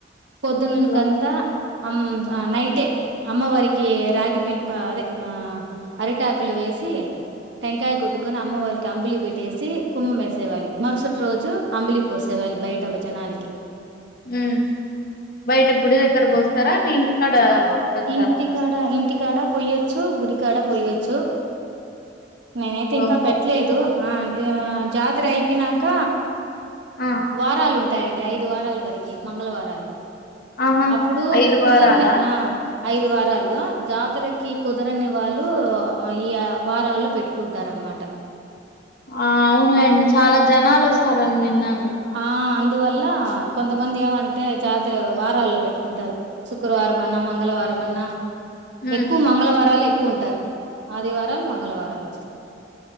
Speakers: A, on the right; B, on the left.
A: పొద్దునున్నకంతా
B: ఓకే
A: హ్మ్మ్ నైటే అమ్మవారికి రాగి పిండి అదే ఆ అరిటాకులు వేసి టెంకాయ కొట్టుకొని అమ్మ వాళ్ళకి అంబిలి పెట్టేసి కుమ్మం వేసేవాళ్ళి మరుసటి రోజు అంబిలి పోసేవాళ్ళి బయట జనాలకి.
B: హ్మ్మ్ బయట గుడి దగ్గర పోస్తారా మీ ఇంటికాడ పోస్తారా
A: ఇంటికడ ఇంటి కాడ పోయొచ్చు గుడికాడ పోయొచ్చు నేనైతే ఇంకా
B: ఓహో
A: పెట్టలేదు
B: ఓకే అండి
A: హా జాతర అయిపోనాక
B: ఆ
A: వారాలుంన్ అవతాయండి ఐదు వారాల వరకి మంగళవారాలు
B: ఆహా
A: అప్పుడు
B: ఐదు
A: కుదర్ని
B: వారాలా
A: ఆ ఐదు వారాలు జాతరకి కుదరని వాళ్ళు, ఈ వారాల్లో పెట్టుకుంటారనమాట.
B: ఆ అవునులేండి చాలా జనాలు వస్తారని విన్నా
A: ఆ అన్ అందువల్ల కొంతమంది, ఏమంటే జాతర వారాల్లో పెట్టుకుంటారు శుక్రవారం అన్నా మంగళవారం అన్నా.
B: ఉమ్
A: ఎక్కువ మంగళవారాలు ఎక్ కుంటారు ఆదివారాలు మంగళవారాలు